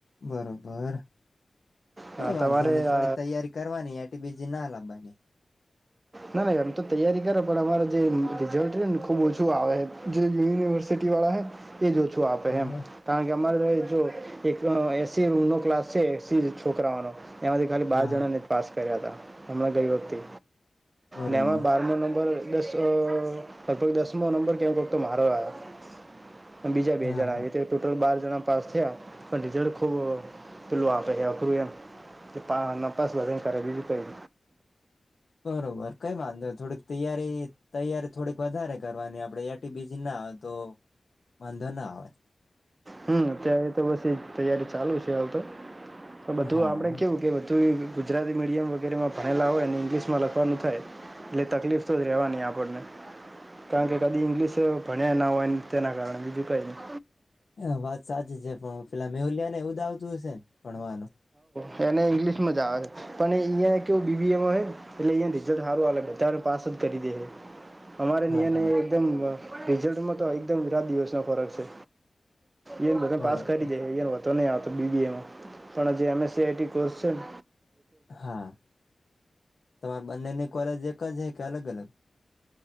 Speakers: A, on the left (about 65°); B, on the right (about 35°).
A: બરોબર કઈ
B: હા
A: વાંધો
B: તમારે
A: થોડીક
B: અ,
A: તૈયારી કરવાની આ બીજી ના લવાની
B: ના ના એમ તો તૈયારી કરે પણ અમારે જે રિઝલ્ટ ને ખુબ ઓછું આવે યુનિવર્ સિટી વાળા હૈ એ જ ઓછું આપે
A: હા
B: એમ
A: હા
B: કારણ કે અમારે જો એક એસી રૂમનોો ક્લાસ છે. એસી છોકરાઓનો એમાંથી ખાલી
A: હા
B: બાર જણાને
A: હા
B: પાસ કર્યા હતા હમણાં ગઈ વ્યક્તિ
A: બરોબર
B: નેવા બારમો નંબર દસ લગભગ દસમો નંબર ક વક્તો મારો આવ્યો બીજા બે
A: હા
B: હજાર, આવે
A: હા
B: તો ટોટલ બાર જણા પાસ થયા પણ રિઝલ્ટ ખૂબ પેલું આપ્યા થ્રુ એમ જે પા ન પસવાદ કારરેવીજ કરી
A: બરોબર કઈ વાંધો થોડક તૈયારી તૈયારી થોડીક વધારે કરવાની આપડે એટી બીજી ના આવે તો વાંધો ના આવે
B: હમ અત્યારે તો બછી એ તૈયારી ચાલુ છે. આવતો બધું
A: હા
B: આપડ કેવું કે બધું ગુજરાતી મીડિયમ વગેરેમાં ભણેલા હોય અને ઇંગ્લિશમાં લખવાનું થાય એટલે તકલીફ, તો જ રહેવાનીહી આપણને કારણ કે કદી ઈંગ્લિશ ભણ્યા ના હોય, તેના કારણે બીજું કઈ નહી.
A: હા વાત સાચી છે. પણ હ પેલા મેહુલિયા ને એ ઉુંદ આવતું હશે ભણવાનું
B: હ એને ઇંગ્લિશ માં જ આવે છે. પણ અંયા કેવ બીબીમ એટલે રઝલ્ટ સારું પાસ જ કરી દે અમારે
A: હા
B: નિને
A: હા
B: એકમ રિઝલ્ટમાં તો એકદમ રાત દિવસનો ફરક છે. એ બધ
A: બરોબર
B: પાસ કરી જાય એ નહી, આવતો બી એમાં પણણા જે એમએસ સીઆઈટી કોર્સ છેને
A: હા તમાર બંનેની કોલેજ એક જ છે. કે અલગ અલગ